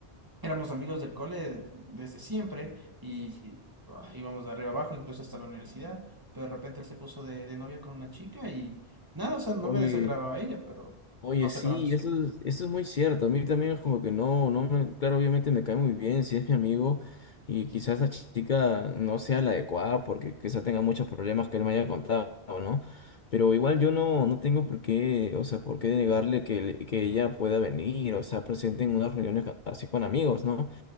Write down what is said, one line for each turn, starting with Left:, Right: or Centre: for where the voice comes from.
Right: Éramos amigos del cole desde siempre y, y, ah, íbamos de arriba abajo, incluso hasta la universidad, pero de repente él se puso de, de novia con una chica y nada, o sea, no
Left: Oye.
Right: me desagradaba a ella, pero
Left: Oye,
Right: nos
Left: sí,
Right: separamos.
Left: eso es, eso es muy cierto. A mí también es como que no, no me, claro, obviamente me cae muy bien si es mi amigo y quizás la chica no sea la adecuada porque quizás tenga muchos problemas que él me haya contado, ¿no? Pero igual yo no, no tengo por qué, o sea, por qué negarle que, le- que ella pueda venir, o sea, presente en unas reuniones ca- así con amigos, ¿no?